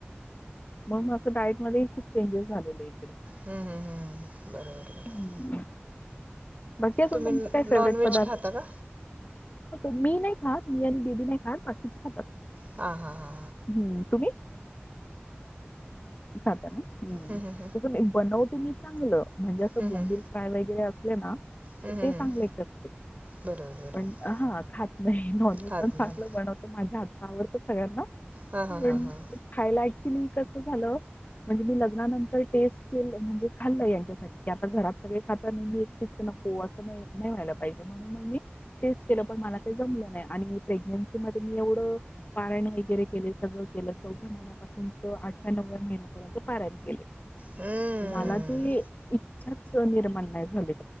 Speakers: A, on the left; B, on the right.
A: मग असं डायट मध्ये खूप चेंजेस झालेले इकडे
B: हम्म हम्म हम्म बरोबर बरोबर.
A: हम्म. बाकी
B: तुम्ही
A: तुम काय फेवरेट
B: नॉनव्हेज
A: पदार्थ.
B: खाता का
A: मी नाही खा मी आणि बेबी नाही खा बाकीची खातात.
B: हा हा हा.
A: हम्म तुम्ही खाता ना हम्म
B: हं, हं,
A: तस मी बनवते मी चांगलं. म्हणजे असं
B: हं,
A: बोंबिल
B: हं,
A: फ्राय वगैरे असले ना
B: हं,
A: तर
B: हं,
A: ते चांगले
B: हं.
A: करते.
B: बरोबर बरोबर
A: पण हा खात नाही नॉनव्हेज
B: खात
A: पण
B: नाही
A: चांगलं बनवते माझ्या हात आवडत सगळ्यांना
B: हां हां
A: पण
B: हां हां
A: खायला ऍक्च्युली कस झालं. म्हणजे मी लग्नानंतर टेस्ट के म्हणजे खाल्ल यांच्यासाठी की, आता घरात सगळे खात मी एकटी नको अस नाही व्हायला पाहिजे म्हणून म मी टेस्ट केलं पण मला काही जमलं नाही आणि प्रेग्न्सी मध्ये मी एवढं पाराण वगैरे के सगळं केलं चौ्या महि्यापून त आठव्या नवव्या महिपर्यंत पारण के
B: हं.
A: मला ते इच्छाच निर्माण नाही झालीह